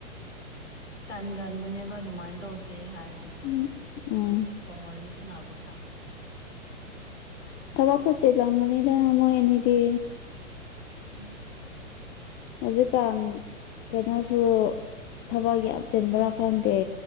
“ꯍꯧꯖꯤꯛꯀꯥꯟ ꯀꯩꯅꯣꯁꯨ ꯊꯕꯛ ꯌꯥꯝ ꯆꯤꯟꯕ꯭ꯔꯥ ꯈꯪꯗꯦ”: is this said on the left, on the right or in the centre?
Left